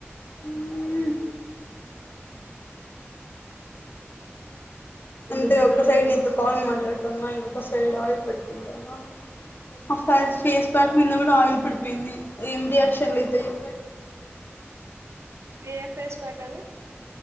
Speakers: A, on the left; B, on the right.
A: మ్మ్ అంటే ఒక్క సైడ్ నీతో కాల్ మాట్లాడతాన్న ఇంకొక సైడ్ ఆయిల్ పెట్టుకుంటానా ఒక సైడ్ ఫేస్ ప్యాక్ మీంద కూడా ఆయిల్ పడిపోయింది ఏం రియాక్షన్లు అయితాయో
B: ఏ ఫేస్ ప్యాకది